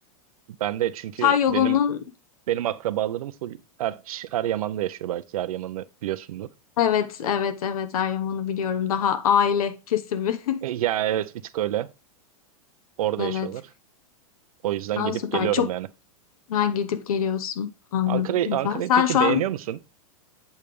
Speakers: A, on the right; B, on the left.
A: Ben de çünkü
B: Çayyolu'nun
A: benim Benim akrabalarım full Er- Eryaman'da yaşıyor belki. Eryaman'ı biliyorsundur.
B: evet evet evet Meryem onu biliyorum. Daha aile kesimi. <laughs>
A: E, ya evet bir tık öyle. Orada
B: Evet.
A: yaşıyorlar. O yüzden
B: Daha
A: gidip
B: süper.
A: geliyorum
B: Çok
A: yani.
B: güzel gidip geliyorsun. Anladım.
A: Ankara'yı
B: Güzel.
A: Ankara'yı
B: Sen
A: peki
B: şu an
A: beğeniyor musun?